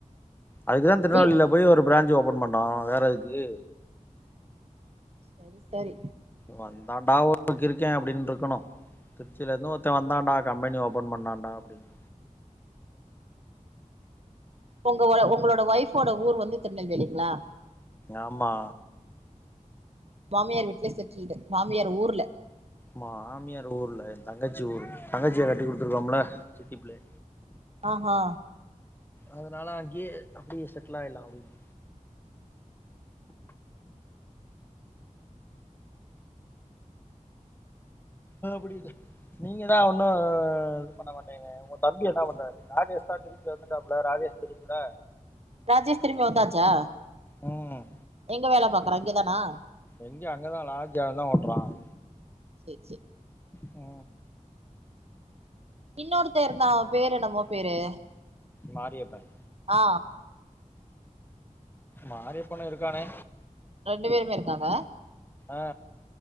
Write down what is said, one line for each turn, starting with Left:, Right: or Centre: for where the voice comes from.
Left: அதுக்குது திருநெ
Right: வீ
Left: போய் ஒரெயொரு பிரான்ஞ்சு ஓபன் பண்ணோம் வேற அதுக்கு
Right: சரி சரி
Left: வந்தான்டா ஒருத்தன் கிருக்கன் அப்படின்னு இருக்கணும் திருச்சியிலருந்து ஒருத்தன் வந்தான்டா கம்பெனி ஓப்பன் பண்ணான்ண்டா அப்படின்னு
Right: உங்க உங்களோட ஒய்ஃபோட ஊர் வந்து திருநெல்வேலிங்களா
Left: ஆமா
Right: மாமியார் வீட்டுலய செட்டுல்ட்டு மாமியார் ஊர்ல
Left: மா மாமியார் ஊர்ல என் தங்கச்சி ஊர் தங்கச்சியா கட்டி குடுத்துருக்கோம்ல சித்தி பிள்ளை
Right: ஆ ஆ
Left: அதனால அங்கே அப்படியே செட்டில் ஆயலாம் அப்படின்னு அ அப்படிய நீங்க தான் ஒன்னும் இது பண்ண மாட்டீங்க உங்க தம்பி என்ன பண்றாரு ராஜேஷ் தான் திரும்பி வந்துட்டாப்புல ராஜேஷ் தெரியுமில்ல
Right: ராஜேஷ் திரும்ம வந்தாச்சா
Left: ம்
Right: எங்க வேலை பாக்கறான் இங்கேதானா
Left: எங்க அங்கதான் லாட்ஜ் அவந்தா ஓட்றான்
Right: சரி சரி
Left: ஹ
Right: இன்னொருத்த இருந்தான் அவன்‌ பேரு என்னமோ பேரு
Left: மாரியப்பன்
Right: ஆ
Left: மாரியப்ப இருக்கானே
Right: ரெண்டு பேருமே இருக்காங்க
Left: ஆ